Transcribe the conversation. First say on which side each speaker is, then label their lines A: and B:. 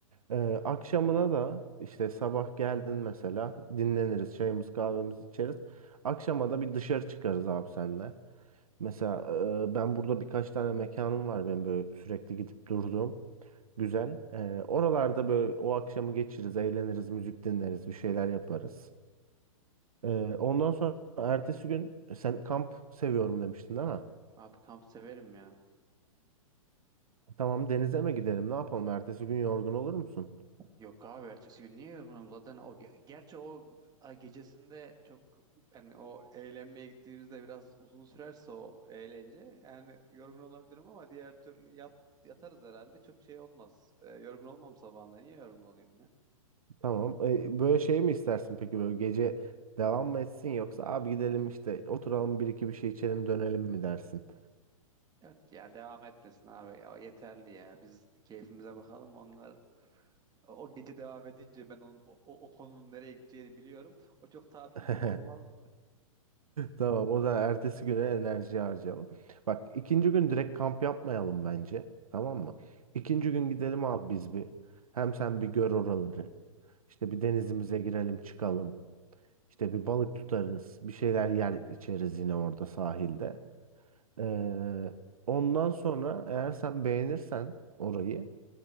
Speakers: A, on the right; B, on the right.
A: Ee, akşamına da işte sabah geldin mesela dinleniriz çayımız kahvemizi içeriz. Akşama da bir dışarı çıkarız abi senle. Mesela e, ben burada birkaç tane mekanım var benim böyle sürekli gidip durduğum. Güzel. Ee, oralarda böyle o akşamı geçiririz, eğleniriz, müzik dinleriz, bir şeyler yaparız. Ee, ondan sonra ertesi gün e, sen kamp seviyorum demiştin değil mi?
B: Abi kamp severim ya.
A: Tamam denize mi gidelim ne yapalım? Ertesi gün yorgun olur musun?
B: Yok abi ertesi gün niye yorgunum zaten o ge- gerçi o ay gecesinde çok yani o eğlenmeye gittiğimizde biraz uzun sürerse o eğlence yani yorgun olabilirim ama diğer türlü yat, yatarız herhalde çok şey olmaz. Ee, yorgun olmam sabahında niye yorgun olayım ya?
A: Tamam. E, böyle şey mi istersin peki böyle gece devam mı etsin yoksa abi gidelim işte oturalım bir iki bir şey içelim dönelim mi dersin?
B: Yok ya devam etmesin abi ya o yeterli ya biz keyfimize bakalım onlar o o gece devam edince ben onun o, o o konunun nereye gideceğini biliyorum. O çok tatil
A: <laughs>
B: gibi olmaz.
A: Tamam o zaman ertesi güne enerji harcayalım. Bak ikinci gün direkt kamp yapmayalım bence. Tamam mı? İkinci gün gidelim abi biz bir. Hem sen bir gör oraları. İşte bir denizimize girelim çıkalım. İşte bir balık tutarız. Bir şeyler yer içeriz yine orada sahilde. Ee, ondan sonra eğer sen beğenirsen orayı